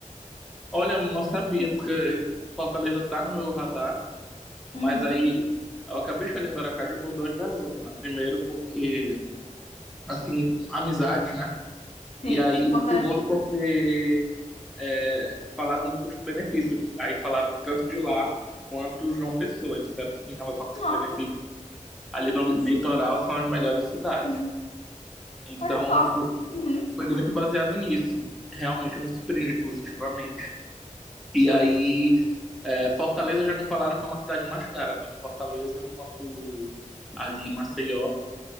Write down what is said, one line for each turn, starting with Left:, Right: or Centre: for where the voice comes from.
Centre: olha, não sabia, porque Fortaleza tá no meu radar,
Left: Uhum.
Centre: mas aí eu acabei escolhendo Aracaju por duas razões, né? Primeiro, porque, assim, amizades, né?
Left: Sim,
Centre: E aí,
Left: importante.
Centre: segundo, porque é, falaram do custo-benefício. Aí falaram tanto de lá quanto João Pessoa. Disseram que em relação ao custo-benefício,
Left: Nossa,
Centre: ali no litoral são as melhores cidades.
Left: sim.
Centre: Então,
Left: Olha só. Uhum.
Centre: Foi muito baseado nisso. Realmente eu me surpreendi positivamente. E aí, é, Fortaleza já me falaram que é uma cidade mais cara, tanto Fortaleza quanto ali Maceió.